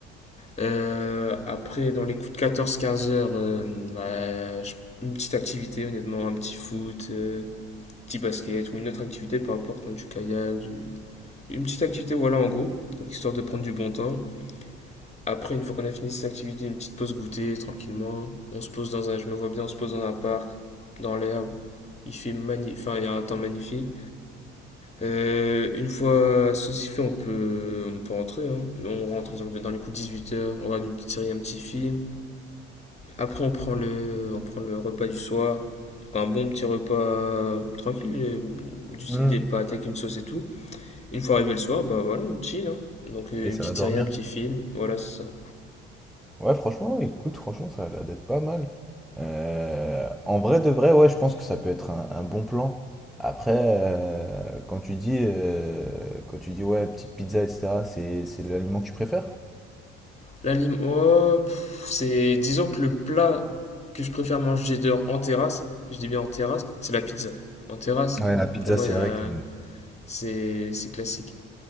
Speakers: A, on the left; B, in the centre.
A: Euh, après, dans les coups de 14-15 heures, euh, bah, je- une petite activité, honnêtement, un petit foot, euh, petit basket ou une autre activité, peu importe, hein, du kayak, du... une petite activité, voilà, en gros, donc histoire de prendre du bon temps. Après, une fois qu'on a fini cette activité, une petite pause goûter, tranquillement. On se pose dans un, je me vois bien, on se pose dans un parc, dans l'herbe. Il fait magnifique, enfin, il y a un temps magnifique. Euh, une fois ceci fait, on peut, on peut rentrer. hein. On rentre, exemple, dans les coups de huit heures on regarde une petite série, un petit film. Après, on prend le, on prend le repas du soir. Donc, un bon petit repas tranquille, euh, du style
B: Hmm.
A: des pâtes avec une sauce et tout. Une fois arrivé le soir, bah voilà, on chill. hein. Donc euh,
B: Et
A: une
B: ça
A: petite
B: va dormir.
A: série, un petit film, voilà, c'est ça.
B: Ouais, franchement, écoute, franchement, ça a l'air d'être pas mal. Euh, en vrai de vrai, ouais, je pense que ça peut être un, un bon plan. Après, euh, quand tu dis, euh, quand tu dis, ouais, petite pizza, etc., c'est, c'est l'aliment que tu préfères?
A: L'anime, oh, c'est. Disons que le plat que je préfère manger dehors en terrasse, je dis bien en terrasse, c'est la pizza. En terrasse,
B: Ouais, la pizza,
A: pour moi,
B: c'est
A: y a-
B: vrai que...
A: c'est c'est classique.